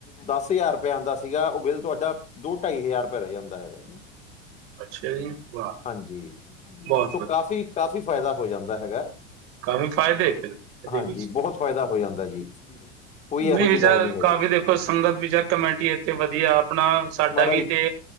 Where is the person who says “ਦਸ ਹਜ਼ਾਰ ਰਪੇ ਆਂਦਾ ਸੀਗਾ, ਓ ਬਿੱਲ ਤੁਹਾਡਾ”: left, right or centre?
Left